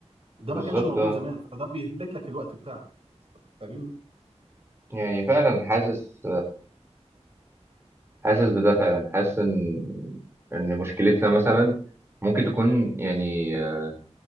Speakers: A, on the right; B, on the right.
A: ده
B: بالظبط
A: ما كانش موجود
B: اه
A: زمان فده بيهلك لك الوقت بتاعك فاهمين
B: يعني فعلا حاسس حاسس بده فعلا حاسس ان ان مشكلتنا مثلا ممكن تكون يعني آه،